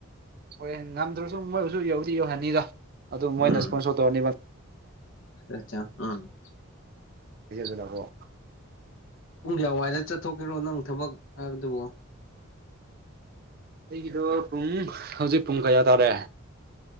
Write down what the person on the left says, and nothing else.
ꯎꯝ
<unintelligible> ꯎꯝ
ꯄꯨꯡ ꯀꯌꯥꯋꯥꯏꯗ ꯆꯠꯊꯣꯛꯀꯦꯔꯣ ꯅꯪ ꯊꯕꯛ ꯍꯥꯏꯕꯗꯨꯕꯣ